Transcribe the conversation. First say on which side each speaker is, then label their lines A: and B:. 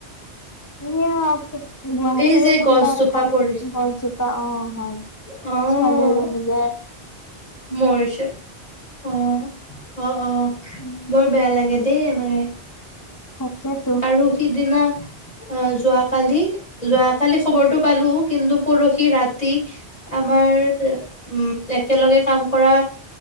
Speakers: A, on the left; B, on the left.
A: আ <unintelligible> গুৱাহাটীৰে
B: এই যে
A: কোনোবা
B: গছজোপা
A: এ ঠাইত
B: পৰি
A: গছজোপা অ হয়
B: অ',
A: ছোৱালী এজনী যেে
B: মৰিছে অ অ অ
A: উম,
B: বৰ বেয়া লাগে দে দে নে
A: তাকেতো
B: আৰু সিদিনা আহ যোৱাকালি যোৱাকালি খবৰটো পালো কিন্তু পৰহি ৰাতি আমাৰ উ একেলগে কাম কৰা